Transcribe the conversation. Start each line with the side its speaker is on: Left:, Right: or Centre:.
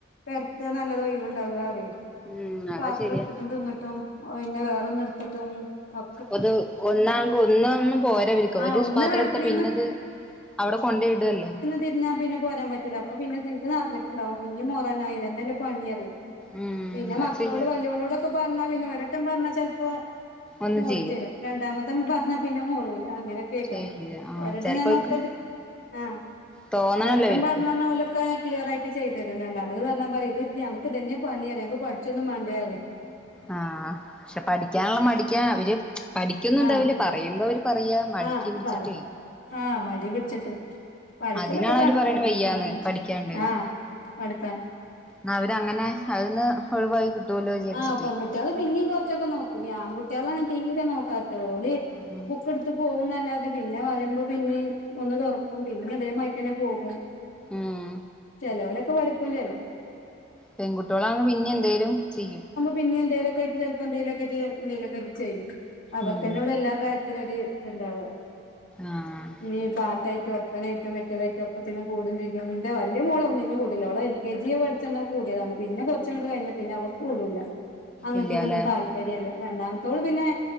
Left: പെര്ത്താന്ന് ല്ലാതെ ഒഴിവ് ഇണ്ടാകാ റയ്
Centre: ഉം
Left: പാത്രം
Centre: അത് ശരിയാ
Left: ഇട്ത്ത്ട്ടും തിന്ന്ട്ടും പിന്നെ വേറെ ഒന്ന് ഇട്ത്ത്ട്ടും ഒ
Centre: ഒത് ഒന്നാങ്ക് ഒന്ന് ഒന്നും പോര ഇവെര്ക്ക്
Left: ആഹ്
Centre: ഒര്
Left: ഒന്ന്
Centre: പാത്രം
Left: വടക്കണീന്ന്
Centre: ഇട്ത്താ പിന്നെ ഇത് അവ്ടെ കൊണ്ടോയ് ഇട് അല്ലെ
Left: തിര്ഞ്ഞാ പിന്നെ പോരാൻ പറ്റൂലാ അപ്പ പിന്നെ സിംഗ് നെർഞ്ഞ്ട്ട് ഇണ്ടാവും പിന്നെ മോറാനായിലെ ഇത് അല്ലെ പണി പറെയ്
Centre: ഉം
Left: പിന്നെ
Centre: അത്
Left: മക്കളോട്
Centre: ശരിയാ
Left: വല്ല്യേളോടൊക്കെ പർണാ പിന്നെ ഒര് വട്ടം പർണാ ചെൽപ്പം
Centre: ഒന്ന്
Left: മെറിത്തെരും
Centre: ചെയ്യും
Left: രണ്ടാമ്മത്തെ നമ്മെൾ പർണാ പിന്നെ മോറൂലാ അങ്ങനെ കേക്കാം
Centre: ചെയ്യില്ല ആഹ്
Left: ഒര് വട്ടം
Centre: ചെലപ്പോ
Left: ഞാനൊക്കെ
Centre: അവർക്ക്
Left: ഇത് ആഹ്
Centre: തോന്നണല്ലോ
Left: ഒര് വട്ടം
Centre: അവർക്ക്
Left: പർണെന്നാ ഓലൊക്കെ ക്ലിയെർ ആയിട്ട് ചെയ്തെരും രണ്ടാമെത് പർണാ പറിം ഇത് ഞങ്ങെക്ക് ഇതെന്നെ പണി പറിം ഞങ്ങെക്ക് പഠിച്ചൊന്നും മാണ്ടെ പറിം
Centre: ആഹ് പക്ഷെ പഠിക്കാൻ ഇള്ള മടിക്കാണ് അവെര് പഠിക്കൊന്നും ഇണ്ടാവ്‌ല്ലാ
Left: ആഹ്
Centre: പറിയിമ്പം അവെര് പറിയാ മടിക്ക്
Left: ആഹ്
Centre: പിട്ച്ചിട്ടെയ്
Left: പറയും ആഹ് മടി പിട്ച്ചിട്ട് പഠിക്കലൊക്കെ
Centre: അതിനാണ് അവര്
Left: കണ്ക്കെന്നെ
Centre: പറയണ വയ്യാന്ന്
Left: ആഹ്
Centre: പഠിക്കാണ്ട്ന്ന്
Left: ആഹ് പട്ക്കാൻ
Centre: ആഹ് അവെര് അങ്ങനെ അഹ്‌ന്ന് ഒഴിവായി കിട്ടോല്ലോ വിചാര്ച്ച്
Left: ആഹ് പെങ്കുട്ടായാൾ പിന്നിം കൊർച്ചൊക്കെ നോക്കും ഈ ആങ്കുട്ടിയാളാണ് തീരെ നോക്കാത്തെ ഓൽ
Centre: ഉം
Left: ബുക്ക് ഇട്ത്ത് പോവുംന്ന് അല്ലാതെ പിന്നെ വരുമ്പോ പിന്നിം ഒന്ന് തൊറക്കും പിന്നിം അതേ മായ്ക്കെന്നെ പോകും
Centre: ഉം
Left: ചെലോലൊക്കെ പഠിക്കും ചെലോ
Centre: പെങ്കുട്ടിയാളാണ് പിന്നിം എന്തെലും ചെയ്യും
Left: പിന്നിം എന്തെലൊക്കെ ആയയിറ്റ് ചെലപ്പോ എന്തെലൊക്കെ ആയിറ്റ് എന്തെലൊക്കെ ആയിറ്റ് ചെയ്യും അവെർക്കെന്നെ
Centre: ഉം
Left: ഒള്ളു എല്ലാ കാരും ത്തിനും ഒര് ഇത് ഇണ്ടാവാ
Centre: ആഹ്
Left: ഇനി പാട്ടായിറ്റോ പ്പന ആയിറ്റും മറ്റെതായിറ്റും ഒക്കത്തിനും കൂടും ചെജ്ജും ഇന്റെ വല്ല്യ മോൾ ഒന്നിനും കൂട് ഇല്ല ഓൾ എൽ കെ ജി പഠി ച്ച അന്ന് കൂടിയെതാണ് പിന്നെ കൊർച്ച് അങ്ങെട്ട് കഴിഞ്ഞാ പിന്നെ അവക്ക് കൂടൂലാ അങ്ങൻത്തിനൊന്നും
Centre: ഇല്ലാല്ലെ
Left: താല്പര്യം ഇല്ല രണ്ടാമത്തോൾ പിന്നെ